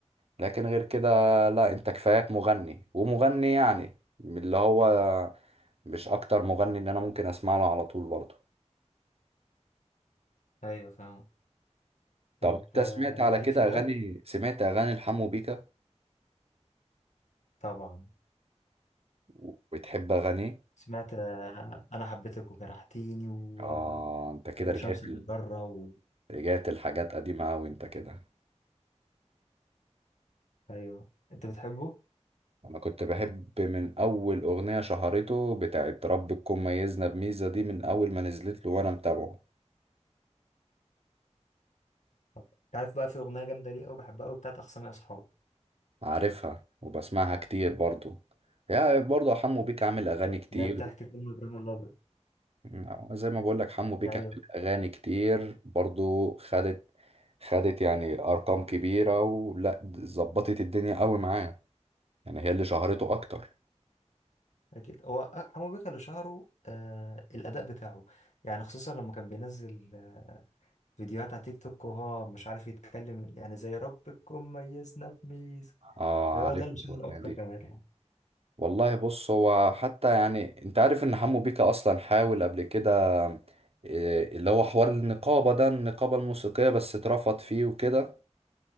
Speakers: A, on the right; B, on the left.
A: لكن غير كده لا انت كفاياك مغني ومغني يعني من اللي هو مش أكتر مغني اللي أنا ممكن أسمع له على طول برضه
B: ايوه فاهمة
A: طب
B: طب
A: انت
B: آه،
A: سمعت على
B: ليك
A: كده
B: في الراب
A: أغاني سمعت أغاني لحمو بيكا
B: طبعا
A: وبتحب أغانيه؟
B: سمعت آه، انا حبيتك وجرحتيني و...
A: آه انت كده
B: وشمس
A: رجعت
B: المجرة
A: ال-
B: و...
A: رجعت الحاجات قديمة أوي انت كده
B: ايوه انت بتحبه
A: انا كنت بحب من اول اغنية شهرته بتاعت رب تكون ميزنا بميزة دي من اول ما نزلت له وانا متابعه
B: انت عارف بقى في اغنية جامدة ليه قوي بحبها قوي بتاعت اخصامي اصحاب
A: عارفها وبسمعها كتير برضو يا برضو حمو بيك عامل اغاني كتير
B: لا بتحكي فيلم ابراهيم الابيض
A: آه، زي ما بقول لك حمو بيك
B: ايوه
A: عامل اغاني كتير برضو خدت خدت يعني ارقام كبيرة ولا ظبطت الدنيا قوي معاه يعني هي اللي شهرته اكتر
B: اكيد هو أ- حمو بيكا اللي شهره آه الاداء بتاعه يعني خصوصا لما كان بينزل آه فيديوهات على تيك توك وهو مش عارف يتكلم يعني زي ربكم ميزنا بميزه
A: اه
B: فهو
A: عارف
B: ده اللي
A: الاغنية
B: شهر اكتر
A: دي
B: كمان يعني.
A: والله بص هو حتى يعني انت عارف ان حمو بيكا اصلا حاول قبل كده إيه، اللي هو حوار النقابة ده النقابة الموسيقية بس اترفض فيه وكده